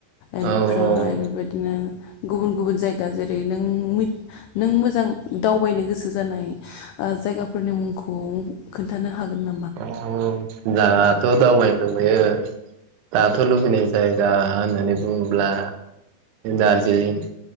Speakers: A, on the left; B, on the right.
A: एनिफ्राय
B: औ औ
A: बेबायदिनो गुबुन गुबुन जायगा जेरै नों मि नों मोजां दावबायनो गोसो जानाय ओ जायगाफोरनि मुंखौ खोन्थानो हागोन नामा?
B: अ जागाथ' दावबायनो लुबैयो दाथ' लुबैनाय जायगा होननानै बुङोब्ला दार्जिलिं